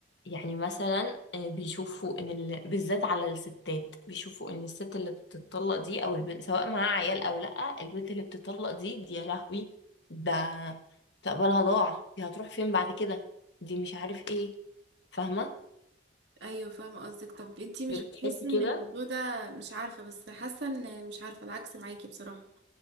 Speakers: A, on the left; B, on the right.
A: يعني مثلا آه، بيشوفوا ان ال... بالذات على الستات بيشوفوا ان الست اللي بتطلق دي او البنت سواء معاها عيال او لا البنت اللي بتطلق دي دي يا لهوي ده مستقبلها ضاع دي هتروح فين بعد كده دي مش عارف ايه فاهمة
B: ايوه فاهمة قصدك طب انت مش
A: بتحس
B: بتحسي
A: كده
B: ان الموضوع ده مش عارفة بس حاسة ان مش عارفة العكس معاكي بصراحة